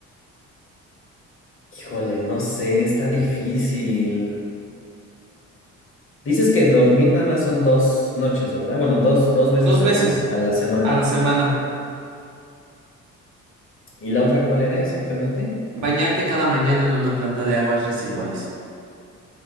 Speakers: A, on the left (about 45°); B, on the right (about 65°).
A: Híjole, no sé, está difícil. Dices que dormir nada más son dos noches, ¿verdad? Bueno, dos, dos veces
B: Dos
A: a
B: veces
A: la, a la semana.
B: a la semana.
A: ¿Y la otra cuál era exactamente?
B: Bañarte cada mañana en una planta de aguas residuales.